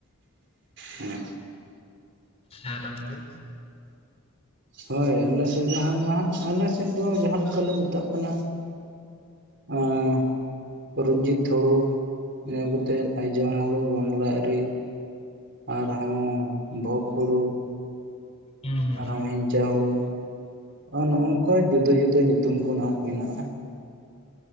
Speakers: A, on the right; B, on the left.
A: ᱦᱮᱸ
B: ᱦᱮᱸ <unintelligible>
A: ᱦᱳᱭ ᱟᱞᱮ ᱥᱮᱫ ᱨᱮ ᱱᱟᱦᱟᱜ, ᱟᱞᱮ ᱥᱮᱫ ᱫᱚ ᱡᱟᱦᱟ ᱞᱮᱠᱟ ᱞᱮ ᱢᱮᱛᱟᱜ ᱠᱟᱱᱟ ᱟᱸᱻ ᱨᱚᱱᱡᱤᱛ ᱦᱳᱲᱩ ᱤᱱᱟᱹ ᱠᱟᱛᱮᱫ ᱟᱭᱡᱚᱝ ᱦᱩᱲᱩ ᱵᱟᱝᱞᱟ ᱟᱹᱨᱤ, ᱟᱨᱦᱚᱸ ᱵᱷᱚᱜᱽ ᱦᱩᱲᱩ ᱾
B: ᱦᱩᱸ ᱦᱩᱸ
A: ᱟᱨᱦᱚᱸ ᱦᱤᱝᱪᱟ ᱦᱩᱲᱩ ᱟᱨ ᱱᱚᱜᱼᱝᱠᱟ ᱡᱩᱫᱟᱹ-ᱡᱩᱫᱟᱹ ᱧᱩᱛᱩᱢ ᱠᱚ ᱱᱟᱦᱟᱜ ᱢᱮᱱᱟᱜᱼᱟ᱾